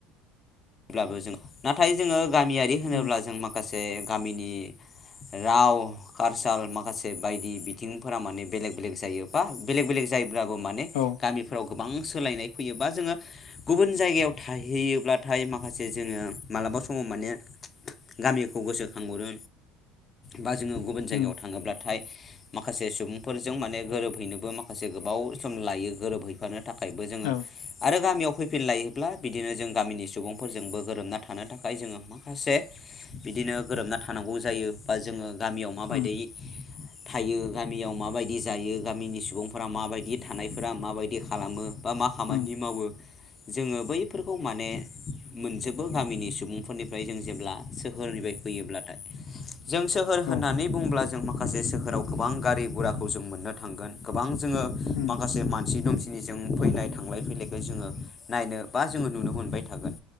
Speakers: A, on the left; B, on the left.
A: ब्लाबो जों नाथाय जोङो गामियारि होनोब्ला
B: उम
A: जों माखासे गामिनि राव कारचाल माखासे बायदि बिथिंफोरा माने बेलेग बेलेग जायो बा बेलेग बेलेग जायो ल्बाबो माने
B: औ
A: गामिफ्राव गोबां सोलायनाय फैयो बा जोङो गुबुन जायगायाव थाहैयोब्ला थाय माखासे जोङो मालाबा समाव माने गामिखौ गोसोखांहरो बा जोङो गुबुन जायगायाव
B: उम
A: थाङोब्लाथाय माखासे सुबुंफोरजों माने गोरोबहैनोबो माखासे गोबाव सम लायो गोरोबहै फानो थाखायबो जोङो
B: औ
A: आरो गामियाव फैफिन लायोब्ला बिदिनो जों गामिनि सु सुबुंफोरजोंबो गोरोबना थानो थाखाय जोङो माखासे बिदिनो गोरोबना थानांगौ जायो बा जोङो गामियाव माबायदै
B: उम
A: थायो गामियाव माबायदि जायो गामिनि सुबुंफोरा माबायदि थानायफोरा माबायदि खालामो बा मा खामानि
B: उम
A: मावो जोङो बैफोरखौ माने मोनजोबो गामिनि सुबुंफोरनिफ्राय जों जेब्ला सोहोरनिफ्राय फैयोब्लाथाय ‌। जों सोहोर
B: औ
A: होननानै बुंब्ला जों मा माखासे सोहोराव गोबां गारि गुराखौ जों मोननो थांगोन गोबां जोङो
B: उम
A: माखासे मानसि दुमसि दि जों फैनाय थांलाय फैलायखौ जोङो नायनो बा जोङो नुनो मोनबाय थागोन